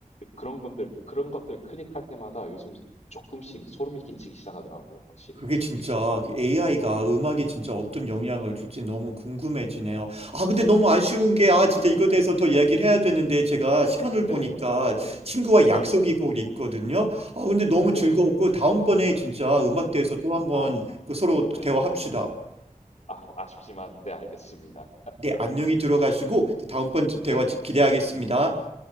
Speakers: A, on the left; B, on the right.
A: 그런 건들 그런 것들을 클릭할 때마다 요즘 조금씩 소름이 끼치기 시작하더라고요, 확실히.
B: 그게 진짜 AI가 음악에 진짜 어떤
A: 예,
B: 영향을 줄지 너무 궁금해지네요. 아, 근데 너무 아쉬운
A: 예,
B: 게, 아, 진짜
A: 네네,
B: 이거에 대해서 더 이야기를
A: 예,
B: 해야 되는데, 제가 시간을 보니까
A: 예, 아유,
B: 친구와 약속이
A: 네네,
B: 곧 있거든요. 아, 근데 너무 즐거웠고,
A: 네네,
B: 다음번에 진짜 음악 대해서 또 한번
A: 아유,
B: 그 서로
A: 네네,
B: 대화합시다.
A: 아, 아쉽지만, 네, 알겠습니다.
B: 네, 안녕히 들어가시고,
A: 네,
B: 다음번 대화
A: 네,
B: 기대하겠습니다.